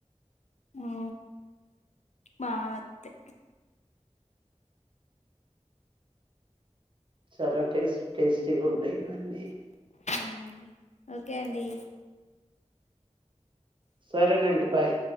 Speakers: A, on the left; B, on the right.
A: అవు బాగాత్తే
B: చాలా టేస్ట్ టేస్టీగా ఉంటాయి ఇవన్నీ
A: ఉమ్, ఓకే అండి.
B: సరేనండి బాయ్